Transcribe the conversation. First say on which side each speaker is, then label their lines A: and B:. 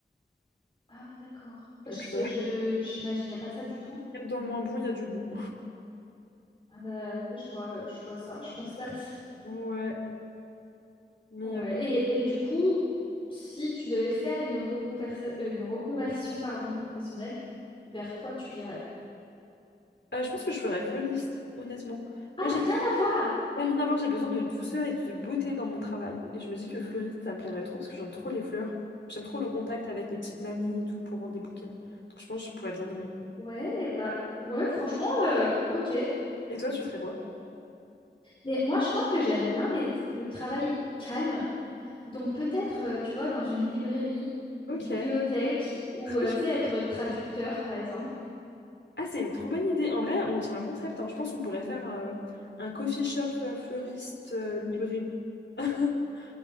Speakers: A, on the left; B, on the left.
A: Ah oui, d'accord. Je
B: Donc,
A: sais,
B: euh,
A: je j'imaginais pas ça du tout.
B: <laughs> même dans le moins bon, il y a du bon.
A: Ah bah ouais, je vois, je vois ça, je constate. <laughs>
B: Ouais, mais...
A: Ouais. Et, et du coup, si tu devais faire une reconversa- euh, une reconversion pardon, professionnelle, vers quoi tu irais?
B: Euh, je pense que je ferais fleuriste, honnêtement.
A: Ah,
B: Moi, j'ai
A: rien à voir!
B: j'ai rien à voir, j'ai besoin de douceur et de beauté dans mon travail. Et je me dis que fleuriste, ça me plairait trop parce que j'aime trop les fleurs. J'aime trop le contact avec les petites mamies et tout pour vendre des bouquets. Donc je pense que je pourrais bien aimer.
A: Ouais, bah ouais, franchement, euh, ok.
B: Et toi, tu ferais quoi?
A: Mais moi, je crois que j'aime bien les- le travail calme Donc peut-être, euh, tu vois, dans une librairie,
B: Ok.
A: bibliothèque, ou
B: Trop
A: euh,
B: chou-
A: tu sais, être traducteur, par exemple.
B: Ah, c'est une trop bonne idée. En vrai, on tient un concept. hein. Je pense qu'on pourrait faire euh, un coffee shop euh, fleuriste euh, libré. <laughs>